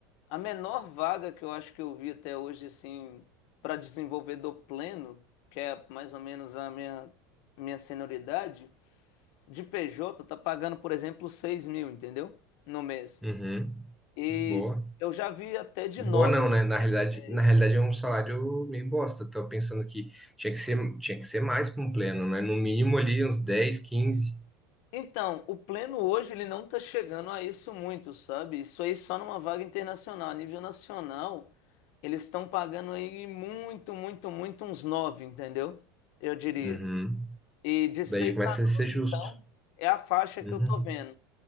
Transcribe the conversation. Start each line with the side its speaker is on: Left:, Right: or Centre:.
Left: A menor vaga que eu acho que eu vi até hoje, assim, para desenvolvedor pleno, que é mais ou menos a minha, minha senioridade, de PJ tá pagando, por exemplo, seis mil, entendeu? No mês.
Centre: uhum.
Left: E
Centre: Boa.
Left: eu já vi até de
Centre: Boa
Left: 9.
Centre: não,
Left: pra
Centre: né?
Left: você
Centre: Na
Left: ter uma
Centre: realidade,
Left: ideia.
Centre: na realidade é um salário meio bosta. Tô pensando que tinha que ser, tinha que ser mais para um pleno, né? No mínimo ali uns dez, quinze.
Left: Então, o pleno hoje ele não está chegando a isso muito, sabe? Isso aí só numa vaga internacional. A nível nacional, eles estão pagando aí muito, muito, muito uns nove, entendeu? Eu diria.
Centre: Uhum.
Left: E de seis
Centre: Daí começa
Left: a
Centre: a ser
Left: nove,
Centre: justo.
Left: então, é a faixa
Centre: Uhum.
Left: que eu tô vendo.